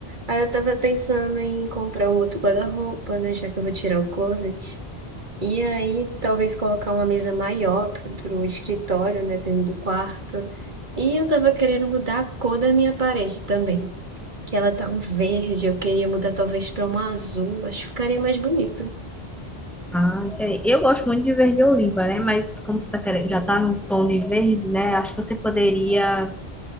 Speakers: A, on the right (about 50°); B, in the centre.
A: Aí eu tava pensando em comprar um outro guarda-roupa, né, já que eu vou tirar o closet. E aí, talvez colocar uma mesa maior para o escritório, né, dentro do quarto. E eu tava querendo mudar a cor da minha parede também, que ela tá um verde, eu queria mudar talvez para um azul, acho que ficaria mais bonito.
B: Ah, entendi. eu gosto muito de verde oliva, né? Mas como você tá querendo, já tá no tom de verde, né? Acho que você poderia.